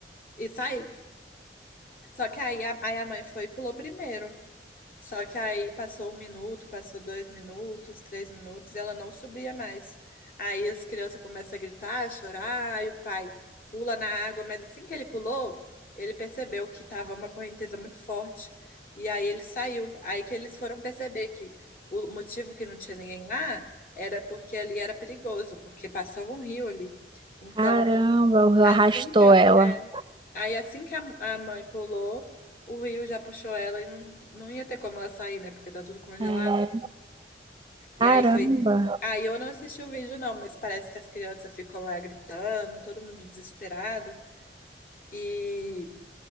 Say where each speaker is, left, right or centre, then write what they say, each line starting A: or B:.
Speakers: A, on the left; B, on the right.
A: e sair. Só que aí a, aí a mãe foi e pulou primeiro. Só que aí passou um minuto, passou dois minutos, três minutos, ela não subia mais. Aí as crianças começam a gritar, a chorar, aí o pai pula na água, mas assim que ele pulou, ele percebeu que estava uma correnteza muito forte. E aí ele saiu. Aí que eles foram perceber que o motivo que não tinha ninguém lá era porque ali era perigoso, porque passava um rio ali. Então,
B: Caramba, o rio
A: assim
B: arrastou
A: que a-
B: ela.
A: é, Aí assim que a, a mãe pulou, o Will já puxou ela e não, não ia ter como ela sair, né? Porque tá tudo congelado.
B: É, caramba.
A: E aí foi. Aí eu não assisti o vídeo, não, mas parece que as crianças ficam lá gritando, todo mundo desesperado. E,